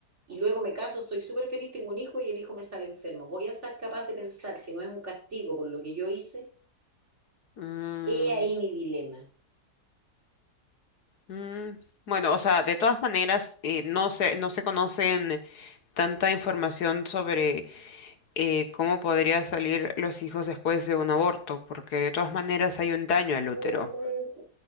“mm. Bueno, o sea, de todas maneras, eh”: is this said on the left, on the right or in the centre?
Left